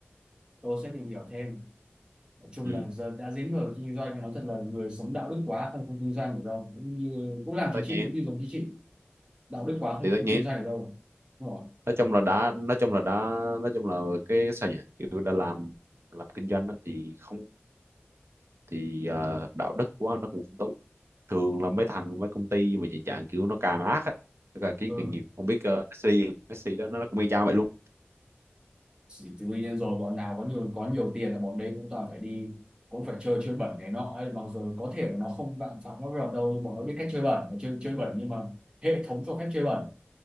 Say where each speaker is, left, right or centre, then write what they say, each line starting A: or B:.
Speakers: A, on the right (about 20°); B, on the right (about 70°).
A: tôi sẽ tìm hiểu thêm nói chung
B: ừ.
A: là giờ đã dính vào kinh doanh thì nó thật là người sống đạo đức quá không không kinh doanh được đâu cũng như cũng làm
B: tất
A: chính trị
B: nhiên
A: cũng như giống chính trị đạo đức quá không
B: thì tất
A: không
B: nhiên
A: kinh doanh được đâu đúng rồi
B: nói chung là đã nói chung là đã nói chung là cái sao nhỉ kiểu đã làm làm kinh doanh á thì không thì ờ, đạo đức quá nó cũng không tốt thường là mấy thằng mấy công ty mà chạy dạng kiểu nó càng ác á nó càng kiếm
A: ừ
B: càng nhiều không biết uh, SC SC đó nó nó cũng y chang vậy luôn
A: thì tự nhiên rồi bọn nào có nhiều có nhiều tiền là bọn đấy cũng toàn phải đi cũng phải chơi chơi bẩn này nọ ấy mặc dù có thể là nó không phạm phạm pháp luật đâu nhưng bọn nó biết cách chơi bẩn mà chơi chơi bẩn nhưng mà hệ thống cho phép chơi bẩn